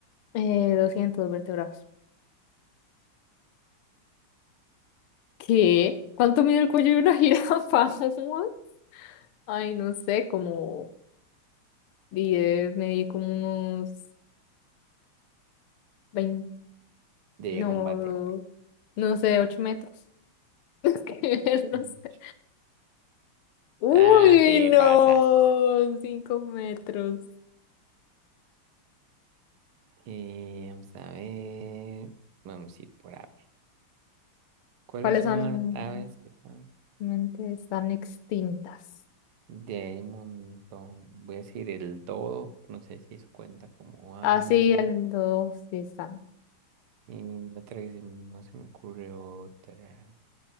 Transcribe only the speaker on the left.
eh, 200 vertebrados. ¿Qué? ¿Cuánto mide el cuello de una jirafa? <laughs> Ay, no sé, como diez medí como unos 20,
no,
no sé, 8 metros. <laughs> Es que no
sé. Uy,
no,
cinco metros.
¿Cuáles
son?
Mente Están extintas.
Ah, sí, el dos sí están.